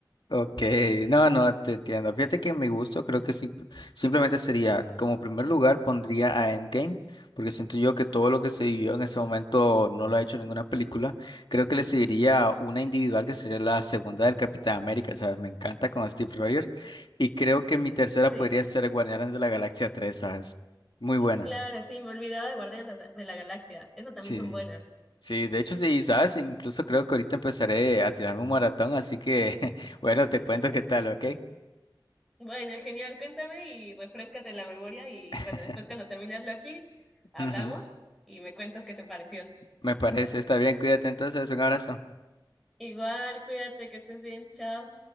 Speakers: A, on the left; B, in the centre.
A: Ok, no, no, te entiendo. Fíjate que mi gusto creo que sim- simplemente sería, como primer lugar, pondría a Endgame, porque siento yo que todo lo que se vivió en ese momento no lo ha hecho ninguna película. Creo que le seguiría una individual que sería la segunda del Capitán América, ¿sabes? Me encanta con Steve Rogers. Y creo que mi tercera
B: Sí.
A: podría ser Guardianes de la Galaxia 3, ¿sabes? Muy buena.
B: Claro, sí, me olvidaba de Guardianes de la Galaxia. Esas también
A: Sí.
B: son buenas.
A: Sí, de hecho sí, sabes, incluso creo que ahorita empezaré a tirarme un maratón, así que <laughs> bueno, te cuento qué tal, ¿ok?
B: Bueno, genial, cuéntame y refréscate la memoria y
A: <laughs>
B: bueno, después cuando termines Loki, hablamos
A: Ujú,
B: y me cuentas qué te pareció.
A: Me parece, está bien, cuídate entonces, un abrazo.
B: Igual, cuídate, que estés bien, chao.